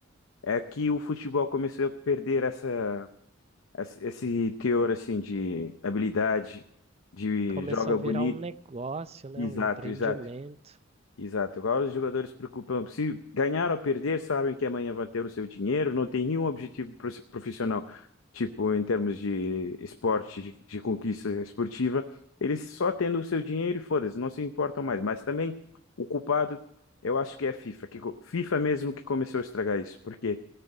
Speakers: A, on the left; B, on the right.
A: É que o futebol começou a perder essa, essa- esse teor assim de habilidade, de
B: Começou
A: joga
B: a virar
A: bonito.
B: um negócio, né?
A: Exato,
B: Um empreendimento.
A: exato. Exato, igual os jogadores se preocupam. Se ganhar ou perder, sabem que amanhã vão ter o seu dinheiro, não tem nenhum objetivo pro- profissional, tipo em termos de esporte, de, de conquista esportiva. Eles só tendo o seu dinheiro e foda-se, não se importam mais. Mas também o culpado, eu acho que é a FIFA, que co- FIFA mesmo que começou a estragar isso, porque